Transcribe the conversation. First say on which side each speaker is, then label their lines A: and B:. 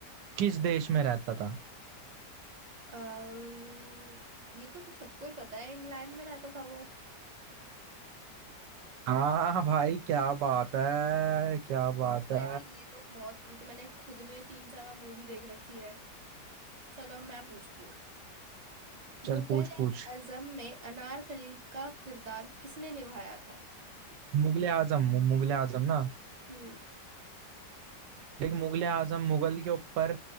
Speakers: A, on the right; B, on the right.
A: किस देश में रहता था
B: अम्म, ये तो सबको ही पता है इंग्लैंड में रहता था वो
A: हाँ भाई क्या बात है क्या बात
B: तो
A: है
B: यार ये तो बहुत ये तो मैंने खुद ने तीन चार बार मूवी देख रखी है चलो अब मैं पूछती हूँ मुगल
A: चल पूछ पूछ
B: आजम में अनारकली का किरदार किसने निभाया था
A: मुगले आजम मुगले आजम ना
B: हम्म
A: देख मुगले आजम मुगल के ऊपर